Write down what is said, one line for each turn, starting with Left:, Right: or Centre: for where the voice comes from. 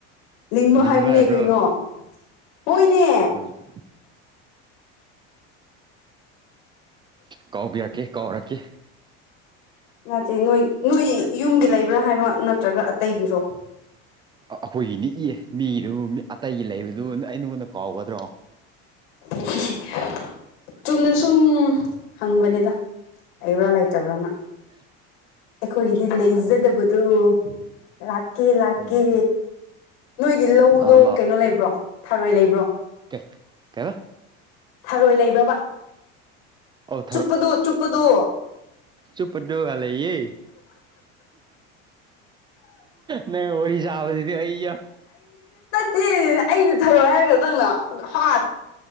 Left: ꯅꯤꯡꯕ
Right: ꯂꯤꯡꯕ
Left: ꯍꯥꯏꯕꯅꯦ
Right: ꯍꯥꯏꯕ꯭ꯔꯣ
Left: ꯀꯩꯅꯣ ꯍꯣꯏꯅꯦ
Right: ꯍꯣꯏ ꯀꯥꯎꯕꯤꯔꯛꯀꯦ ꯀꯥꯎꯔꯛꯈꯤ
Left: ꯅꯠꯇꯦ ꯅꯣꯏ ꯅꯣꯏ ꯌꯨꯝꯒꯤ ꯂꯩꯕ꯭ꯔꯥ ꯍꯥꯏꯕ ꯅꯠꯇ꯭ꯔꯒ ꯑꯇꯩꯒꯤꯔꯣ
Right: ꯑꯩꯈꯣꯏꯒꯤꯅꯤ ꯏꯌꯦ ꯃꯤꯒꯤꯗꯨ ꯑꯇꯩꯒꯤ ꯂꯩꯕꯗꯨ ꯑꯩ ꯅꯉꯣꯟꯗ ꯀꯥꯎꯒꯗ꯭ꯔꯣ
Left: <unintelligible> ꯆꯨꯝꯅ ꯁꯨꯝ ꯍꯪꯕꯅꯤꯗ ꯑꯩꯕ꯭ꯔꯥ ꯂꯩꯇꯕ꯭ꯔꯥꯅ
Right: ꯍꯥꯏ
Left: ꯑꯩꯈꯣꯏꯒꯤ ꯂꯩꯖꯗꯕꯗꯨꯣ ꯂꯥꯛꯀꯦ ꯂꯥꯛꯀꯦ
Right: ꯎꯝ
Left: ꯅꯣꯏꯒꯤ ꯂꯧꯗꯣ
Right: ꯂꯥꯛꯑꯣ
Left: ꯀꯩꯅꯣ ꯂꯩꯕ꯭ꯔꯣ ꯊꯥꯔꯣꯏ ꯂꯩꯕ꯭ꯔꯣ
Right: ꯑꯣꯦ ꯀꯗ
Left: ꯊꯔꯣꯏ ꯂꯩꯕ꯭ꯔꯕ
Right: ꯑꯧ
Left: ꯆꯨꯞꯄꯗꯨ ꯆꯨꯞꯄꯗꯨ
Right: ꯆꯨꯄꯗꯨꯒꯂꯌꯦ ꯅ ꯑꯣꯏꯔꯤ ꯁꯥꯥꯕꯁꯤꯗꯤ ꯑꯏ
Left: ꯁꯤꯦ ꯑꯩꯗ ꯊꯔꯣ ꯍꯥꯏꯔ ꯈꯗꯪꯅ ꯍꯥ